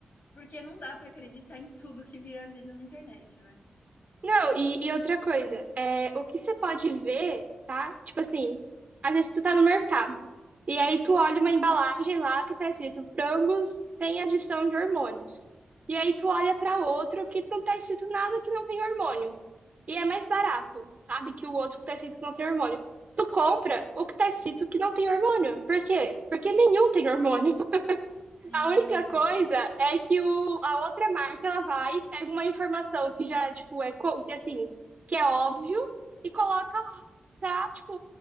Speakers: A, on the left; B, on the right.
A: porque não dá para acreditar em tudo que viraliza na internet, né".
B: Não, e, e outra coisa, é, o que você pode ver, tá? Tipo assim, às vezes tu tá no mercado, e aí tu olha uma embalagem lá que tá escrito frangos sem adição de hormônios. E aí tu olha pra outro que não tá escrito nada que não tem hormônio. E é mais barato, sabe? Que o outro que tá escrito que não tem hormônio. Tu compra o que tá escrito que não tem hormônio. Por quê? Porque nenhum tem hormônio.
A: Hum.
B: A única coisa é que o, a outra marca ela vai e pega uma informação que já, tipo, é co- que assim, que é óbvio e coloca lá pra, tipo,